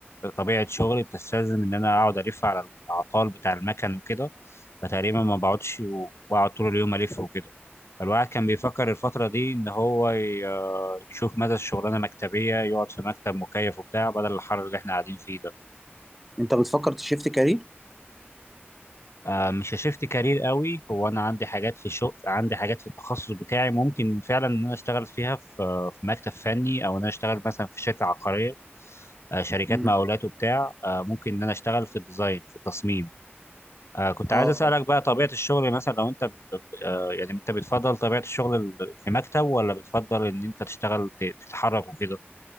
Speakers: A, on the left; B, in the centre.
A: طبيعة شغلي بتستلزم إن أنا أقعد ألف على الأعطال بتاع المكن وكده فتقريبا ما بقعدش وبقعد طول اليوم ألف وكده الواحد كان بيفكر الفترة دي إن هو ي- آه، يشوف مدى الشغلانة مكتبية يقعد في مكتب مكيف وبتاع بدل الحر اللي إحنا قاعدين فيه ده
B: انت بتفكر تشيفت كارير
A: آه، مش هشفت كارير قوي هو أنا عندي حاجات في الشغل عندي حاجات في التخصص بتاعي ممكن فعلا إن أنا أشتغل فيها في آه، في مكتب فني أو إن أنا أشتغل مثلا في شركة عقارية آه، شركات
B: مم.
A: مقاولات وبتاع آه، ممكن إن أنا أشتغل في الديزاين في التصميم آه كنت
B: اه
A: عايز أسألك بقى طبيعة الشغل مثلا لو أنت ب... ب- آه يعني أنت بتفضل طبيعة الشغل ال- في مكتب ولا بتفضل إن أنت تشتغل ت- تتحرك وكده؟